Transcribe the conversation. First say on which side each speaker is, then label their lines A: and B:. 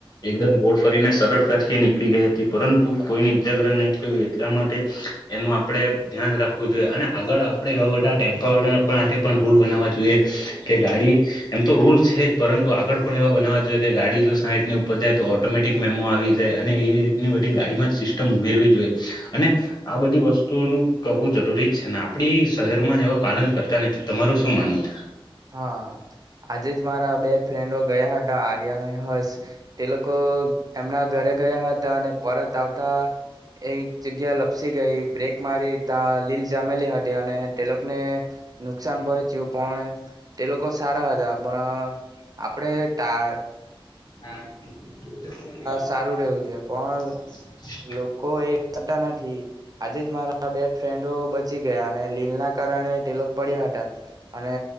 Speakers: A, on the left; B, on the right.
A: એકદમ ગોડ ફરીને સરળતાથી નીકળી ગઈ હતી પરંતુ કોઈને ઈજાગ્ર નહી થયયો એટલા માટે. એનું આપડે ધ્યાન રાખવું જોઈએ અને આગળ આપડે એવા બધા ટેમ્પા વાળા. પણ આ પણ રૂલ બનાવવા જોઈએ. કે ગાડી એમ તો રૂલ્ છે જ પરંતુ આગળ પણ એવા બનાવવા જોઈએ કે ગાડી જો સાહીઠનીર. ઉપર જાય તો ઓટોમેટિક મેમો આવી જાય અને એ રીતની બધી ગાડીમાં જ સિસ્ટમ ઉમેરવી જોઈએ અને. આ બધી વસ્તુઓનું કરવું જરૂરી જ છે ને આપડી શહેરોમાં જેવા પાલન કરતા નથી તમારું શું માનવું છે.
B: હા આજે જ મારા બે ફ્રેન્ડો ગયા હતા. આર્યના હસ તે લોકો એમના ઘરે ગયા હતા અને પરત આવતા. એક જગ્યા લપસી ગઈ બ્રેક મારી ત્યાં લીલ જમેલી હતી અને ટેલો ને નુકસાન પડેચું પણ તે લોકો સારા હતા પણ આપડે તા
A: હા <unintelligible>
B: સારું રહેવું છે પણ લોકો એ વાટ ના ઠી <unintelligible> આજે જ મારા બે ફ્રેન્ડો બચી ગયા અને લીલ ના કારણે તે લોકો પડ્યા હતા અને